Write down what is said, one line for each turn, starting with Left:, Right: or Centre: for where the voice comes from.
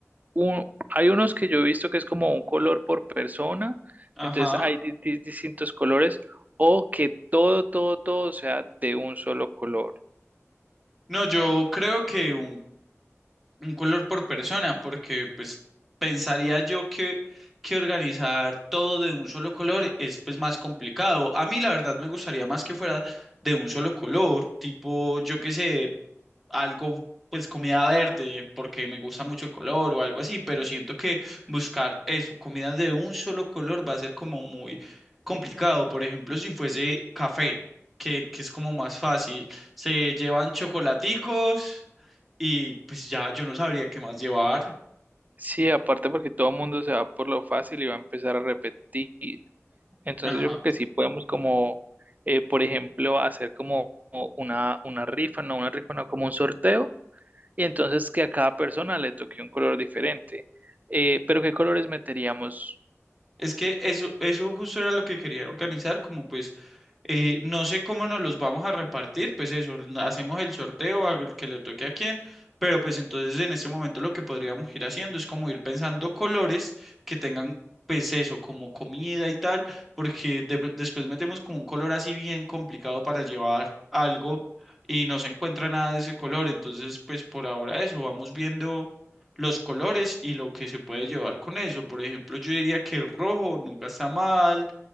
Right: un- hay unos que yo he visto que es como un color por persona,
Centre: Ajá.
Right: entonces hay di- di- distintos colores, o que todo, todo, todo sea de un solo color.
Centre: No, yo creo que un un color por persona, porque pues pensaría yo que, que organizar todo de un solo color es pues más complicado. A mí la verdad me gustaría más que fuera de un solo color, tipo yo qué sé, algo pues comida verde, porque me gusta mucho el color o algo así, pero siento que buscar eso, comida de un solo color va a ser como muy complicado. Por ejemplo, si fuese café, que, que es como más fácil, se llevan chocolaticos y pues ya yo no sabría qué más llevar.
Right: Sí, aparte porque todo el mundo se va por lo fácil y va a empezar a repetir. Entonces
Centre: Ajá.
Right: yo creo que sí podemos como, eh, por ejemplo, hacer como una, una rifa, no una rifa, no como un sorteo, y entonces que a cada persona le toque un color diferente. Eh, pero ¿qué colores meteríamos?
Centre: Es que eso, eso justo era lo que quería organizar, como pues Eh, no sé cómo nos los vamos a repartir, pues eso, n- hacemos el sorteo a el que le toque a quién, pero pues entonces en este momento lo que podríamos ir haciendo es como ir pensando colores que tengan pues eso, como comida y tal, porque de- después metemos como un color así bien complicado para llevar algo y no se encuentra nada de ese color, entonces pues por ahora eso, vamos viendo los colores y lo que se puede llevar con eso. Por ejemplo, yo diría que el rojo nunca está mal